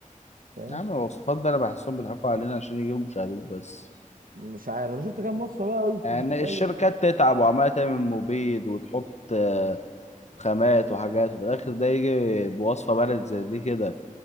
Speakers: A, on the right; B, on the left.
A: فاهم
B: يا عم الوصفات ده انا بحسهم بيضحكوا علينا عشان يجيبوا مشاهدات بس
A: مش عارف انا شفت كام وصفه بقى قلت
B: يعني
A: نشوف اي
B: الشركات
A: حاجه
B: تتعب وعمالة تعمل مبيد وتحط آه، خامات وحاجات وفي الآخر ده يجي بوصفة بلد زي دي كده